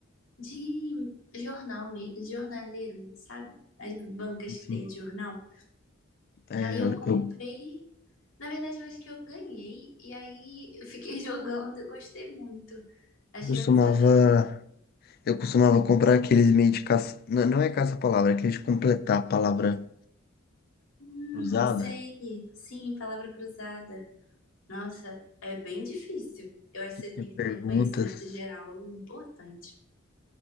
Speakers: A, on the left; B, on the left.
A: de jornal, me- jornaleiro, sabe? As bancas
B: Sim.
A: que tem de jornal.
B: É,
A: Aí
B: eu,
A: eu comprei,
B: eu
A: na verdade eu acho que eu ganhei, e aí eu fiquei <laughs> jogando e gostei muito. Achei
B: costumava.
A: um desafio.
B: Eu costumava comprar aqueles meio de caça. Não, não é caça-palavra, é aqueles de completar a palavra
A: Hum,
B: cruzada,
A: sei, sim, palavra cruzada. Nossa, é bem difícil. Eu acho
B: que
A: que você tem
B: tem perguntas.
A: que ter um conhecimento geral importante.